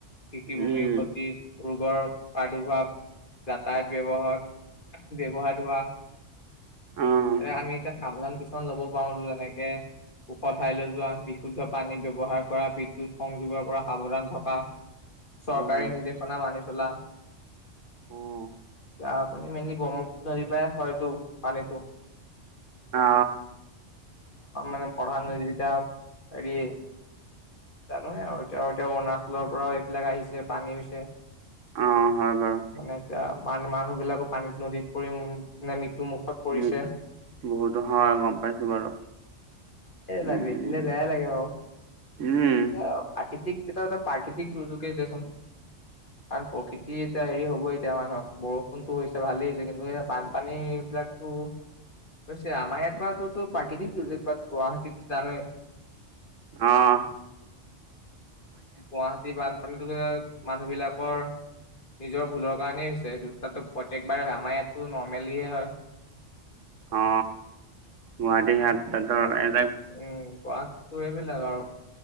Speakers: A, on the left (about 45°); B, on the right (about 85°).
A: কৃষিভূমিৰ
B: উম,
A: ক্ষতি, ৰোগৰ প্ৰাদুৰ্ভাৱ, যাতায়ত ব্যৱহাৰ ব্যৱহাৰ হোৱা,
B: অ',
A: এ আমি এতিয়া সাৱধান কিছুমান ল'ব পাৰো যেনেকে - ওখ ঠাইলৈ যোৱা, বিশুদ্ধ পানী ব্যৱহাৰ কৰা, বিদ্যুৎ সংযোগৰ পৰা সাৱধান থকা, চৰকাৰী
B: উম,
A: নিৰ্দেশনা মানি চলা,
B: অ',
A: তাৰপানে মেইনলি ব্ৰহ্মপুত্ৰ নদীৰ পৰা হয়তটো পানীতো।
B: অ।
A: অ মানে প্ৰধান নদী যদিতি <unintelligible> হৰি জানো আৰু তেওঁ এতিয়া অৰুণাচলৰ পৰাও এইবিলাক আহিছে‌। পানী হৈছে,
B: অ', হয় বাৰু।
A: মানে ত ম মানুহ বিলাকো পানীত নদীত পৰিানে মৃত্যু মুখত পৰিছে।
B: মিত বহুতো হয় গম পাইছো বাৰু।
A: এই বিলাক
B: উম,
A: দেখিলে বেয়াই লাগে বাৰু।
B: উম,
A: এতিয়া প্ৰকৃতিক এটা প্ৰাকৃতিক দুৰ্যোগে দেচোন, কাৰণ প্ৰকৃতি এতিয়া হেৰি হ'ব এ এতিয়া মানুহক বৰষুণতো হৈছে ভালেই হৈছে, কিন্তু এয়া বানপানী বিলাকতো হৈছে। আমাৰ ইয়াত পৰাতো প্ৰাকৃতিক দুৰ্যোগ - গুৱাহাটীত জানয়,
B: অহ।
A: গুৱাহাটীৰ বানপানীতো মানুহ বিলাকৰ নিজৰ ভুলৰ কাৰণেই হৈছে। দু প্ৰত্যেকবাৰ হয় আমাৰ ইয়াতটো নৰ্মেলিহে হয়।
B: অ, গুৱাহাটীহাটত ধৰ <unintelligible>
A: উম গোৰ <unintelligible> এইবিলাক আৰু।